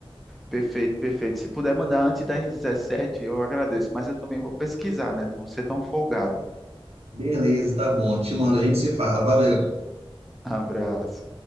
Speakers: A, in the centre; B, on the right.
A: Perfeito, perfeito. Se puder mandar antes das 17 eu agradeço, mas eu também vou pesquisar, né? Não vou ser tão folgado.
B: Beleza, tá bom. Te mando, a gente se fala. Valeu.
A: <laughs> Abraço.